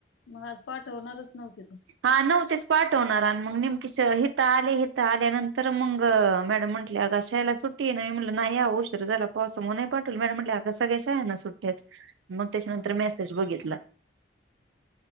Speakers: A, on the left; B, on the right.
A: मग आज पाठवणारच नव्हती तू.
B: हा नव्हतीच पाठवणार. आणि मग नेमकीे हित आले हित आल्या नंतर मग मॅडम म्हटल्या अग त्याला सुट्टी आहे ना मी म्हल नाही अहो उशीर झाला पावसामुळे नाही पाठवल. मॅडम म्हटली नाही आग सगळ्या शाळांना सुट्टी तेच मग त्याच्यानंतर
A: हा.
B: मेसेज बघितला.